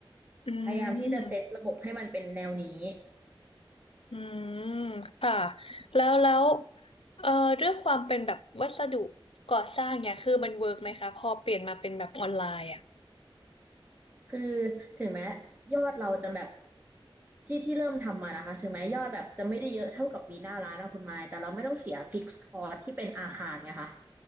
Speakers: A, on the left; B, on the right.
A: อื
B: พยายามที่จะเซตระบบให้มันเป็นแนวนี้
A: มอืมค่ะแล้วแล้วเอ่อด้วยความเป็นแบบวัสดุก่อสร้างเนี่ยคือมันเวิร์กไหมคะพอเปลี่ยนมาเป็นแบบออนไลน์อ่ะ
B: คือถึงแม้ยอดเราจะแบบที่ที่เริ่มทำมานะคะถึงแม้ยอดแบบจะไม่ได้เยอะเท่ากับปีหน้าร้านนะคุณไมค์แต่เราไม่ต้องเสียฟิกซ์คอร์สที่เป็นอาคารไงคะ